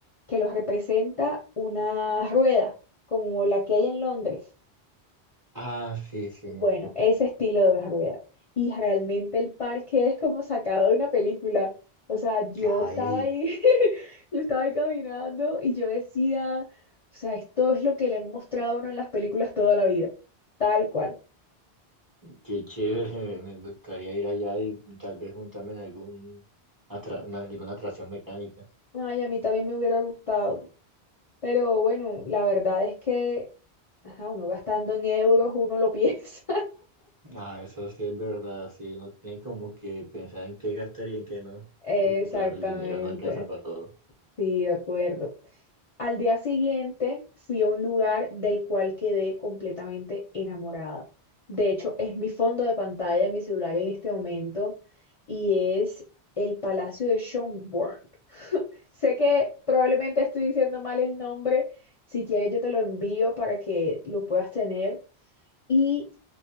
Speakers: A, on the left; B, on the right.
A: que los representa una rueda, como la que hay en Londres.
B: Ah, sí, sí.
A: Bueno, ese estilo de rueda. Y realmente el parque es como sacado de una película. O sea, yo
B: Ay,
A: estaba ahí, <laughs> yo estaba ahí caminando y yo decía, o sea, esto es lo que le han mostrado a uno en las películas toda la vida, tal cual.
B: Qué chévere, <laughs> me gustaría ir allá y tal vez juntarme en algún atra- una- alguna atracción mecánica.
A: Ay, a mí también me hubiera gustado. Pero bueno, la verdad es que, ajá, uno gastando en euros, uno lo piensa.
B: Ah, eso sí es verdad, sí, uno tiene como que pensar en qué gastar y en qué no,
A: <laughs> Exactamente.
B: porque claro, el dinero no alcanza para todo.
A: Sí, de acuerdo. Al día siguiente fui a un lugar del cual quedé completamente enamorada. De hecho, es mi fondo de pantalla en mi celular en este momento y es el Palacio de Schönborn. Sé que probablemente estoy diciendo mal el nombre. Si quieres, yo te lo envío para que lo puedas tener. Y